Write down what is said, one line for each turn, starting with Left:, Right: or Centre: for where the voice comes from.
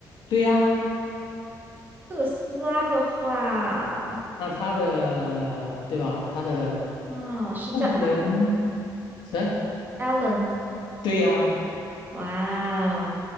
Left: 对呀，
Right: 特斯拉的话，
Left: 那他的对吧？他的
Right: 哦，是叫
Left: 创始人是？
Right: Alan。
Left: 对呀，
Right: 哇哦，